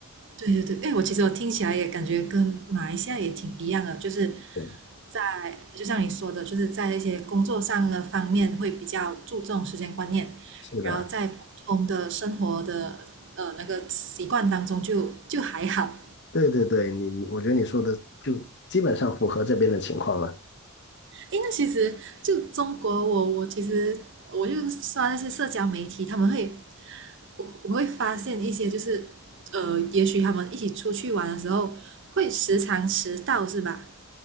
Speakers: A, on the right (about 55°); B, on the left (about 50°).
A: 对对对，哎，我其实我听起来也感觉跟马来西亚也挺一样的，就是
B: 对的，
A: 在就像你说的，就是在一些工作上的方面会比较注重时间观念，
B: 是的，
A: 然后在普通的生活的呃那个习惯当中就就还好。
B: 对对对，你我觉得你说的就基本上符合这边的情况了。
A: 哎，那其实就中国我，我其实我就刷那些社交媒体，他们会我我会发现一些就是呃，也许他们一起出去玩的时候会时常迟到，是吧？